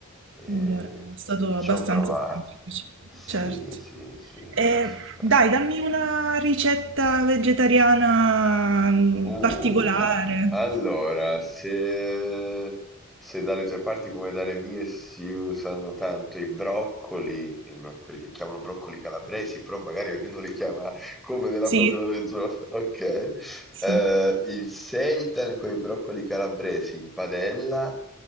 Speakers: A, in the centre; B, on the right.
A: E
B: Allora, è stato abbastanza
A: ci ho provato.
B: semplice.
A: Sì,
B: Certo.
A: sì, sì,
B: E,
A: non ho sofferto.
B: dai, dammi una ricetta vegetariana mm,
A: Uh,
B: particolare.
A: allora, se, se dalle tue parti come dalle mie si usano tanto i broccoli, i bro- quelli che chiamano broccoli calabresi, però magari ognuno li chiama come nella
B: Sì,
A: propria regione, <laughs> ok?
B: sì.
A: Eh, il seitan con i broccoli calabresi in padella,